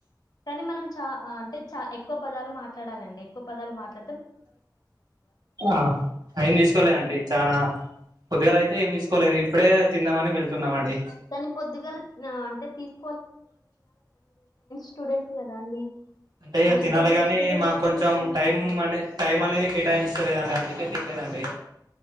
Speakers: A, on the left; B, on the right.
A: కానీ మనం చ అంటే చ ఎక్కువ పదాలు మాట్లాడాలండి. ఎక్కువ పదాలు మాట్లా
B: ఆ ఏం తీసుకోలే అండి చానా పొద్దుగాల అయితే ఏం తీసుకోలేదు. ఇప్ ఇప్పుడే తిందామని వెళ్తున్నాం అండి
A: కాని పొద్దుగాల అంటే తీసు స్టూడెంట్ కదా అండి
B: అంటే
A: ఆ
B: ఇ
A: విద్యార్థి
B: తినాలి
A: మీకే
B: ని
A: తెలియకపోతే
B: మాకు కొంచెం
A: ఎట్లా అండి
B: టైం అనే టైం అనేది కేటాయించలేదండి అండి అందుకే తినలేదు అండి